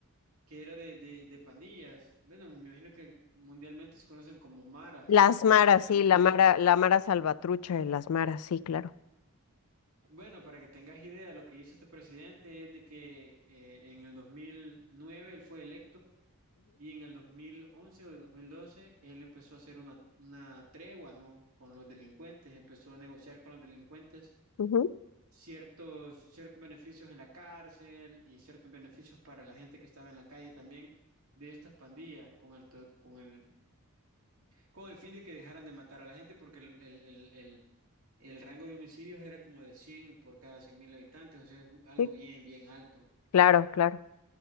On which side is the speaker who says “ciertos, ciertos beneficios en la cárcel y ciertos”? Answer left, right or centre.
Right